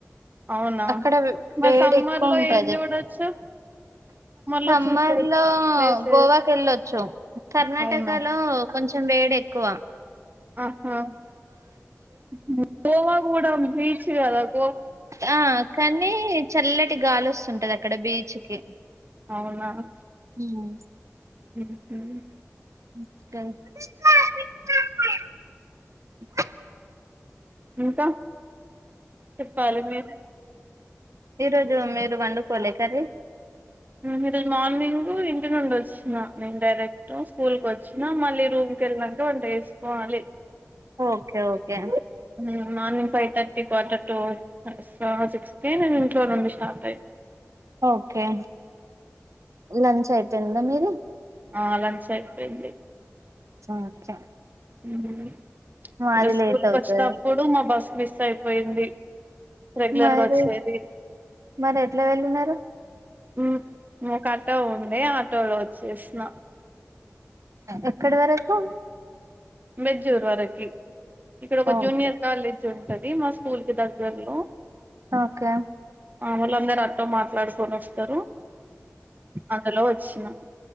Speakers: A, on the right; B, on the right.
A: అవునా
B: అక్కడవ్
A: మరి
B: వేడి
A: సమ్మర్
B: ఎక్కువ
A: లో
B: ఉంటది.
A: ఏం చూడొచ్చు
B: సమ్మర్
A: లో చూసే
B: లో,
A: ప్లేసెస్
B: గోవాకెళ్ళొచ్చు. కర్ణాటకలో
A: అవునా
B: కొంచం. చెం వేడెక్కువ.
A: ఆహ్హ. ! గోవా గూడా బీచ్ గదా. !
B: ఆ కానీ చల్లటి గాలొస్తుంటది అక్కడ బీచ్కి.
A: అవునా. !
B: హ్మ్.
A: ఉహ్హు.
B: ఒకే.
A: ఇంకా.? చెప్పాలి మీరె.
B: ఈరోజు మీరు వండుకోలే కర్రీ.?
A: ఊమ్మ్ ఈరోజు మార్నింగ్ ఇంటినుండొచ్చిన నేను డైరెక్ట్ స్కూల్ కొచ్చిన మళ్ళీ రూం. కెల్నంక వంట ఏసుకోవాలి.
B: Okay okay.
A: ఊహ్మ్, morning five thirty, quarter to సా సిక్స్ కీ నేను ఇంట్లో నుండి స్టార్ట్ అయి.
B: ఓకే లంచ్ అయిపోయిందా మీది
A: ఆ లంచ్ అయిపోయింది
B: ఓకే
A: ఉమ్
B: మాది
A: ఇదో స్కూల్కి
B: లేట్ అవుతది
A: వచ్చినప్పుడు మా బస్సు మిస్ అయిపోయింది రెగ్యులర్
B: మరి
A: గా వచ్చేది
B: మరి ఎట్లా వెళ్ళినారు
A: ఉమ్ ఒక అటో ఉండే ఆటోలో వచ్చేసిన
B: ఎక్కడ వరకు
A: బెజూర్ వరకి ఇక్కడ ఒక
B: ఓకే
A: జూనియర్ కాలేజ్ జ్ ఉంటది మా స్కూల్ కి దగ్గర్లో
B: ఓకే
A: మామలు అందరుూ ఆటో మాట్లాడుకొని వస్తారు అందులో వచ్చిన